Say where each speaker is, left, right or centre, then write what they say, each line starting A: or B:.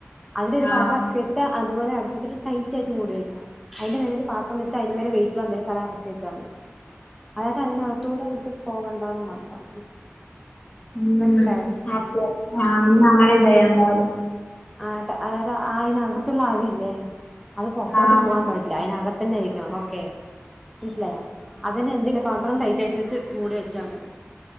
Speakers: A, in the centre; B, on the left.
A: അതിലൊരു
B: ആ
A: പാത്രം അറക്കിട്ടിട്ട് അതുപോലെ അടച്ചച്ചിട്ട് ടൈറ്റ് ആയിട്ട് മൂടി വെക്കണം അയിന്റെ മേലെക്ക് പാത്രം വച്ചിട്ട് അയിൻ്റെ മേലെ വെയ്റ്റ്ള്ള എന്തേലും <unintelligible> ക്കിച്ചാ മതി അതാ കഴിഞ്ഞ അകത്തൂടെ ഇത് പോവ ണ്ടാന്ന് മാത്രം
B: ഉം
A: മനസ്സിലായോ
B: അപ്പോ ആ അന്നഅങ്ങനെ ചെയ്യുണ്ടാർന്നു
A: ആട്ട് അതായത് ആയിനകത്തുള്ള ആവില്ലേ അത് പൊറത്തോട്ട്
B: ആ
A: പോവാൻ പാടില്ല അതിനകത്തന്നെ ഇരിക്കണം ഓക്കെ മനസ്സിലായാ അതന്നെന്തിലും പാത്രം ടൈറ്റ് ആയിട്ട് വെച്ച് മൂടി വെച്ചാ മതി